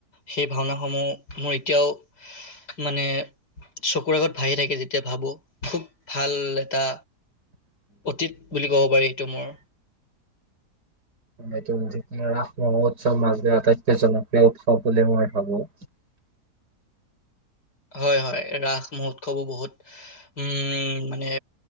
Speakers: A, on the left (about 90°); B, on the right (about 80°).
A: সেই ভাওনাসমূহ মোৰ এতিয়াও মানে চকুৰ আগত ভাহি থাকে। এতিয়া ভাবো খুব ভাল এটা অতীত বুলি ক'ব পাৰি এইটো মোৰ।
B: এইটো ৰাস মহোৎসৱ মাজুলি আটাইতকৈ জনপ্ৰিয় উৎসৱ বুলি মই ভাবো।
A: হয়, হয় ৰাস মহোৎসৱো বহুত উম, মানে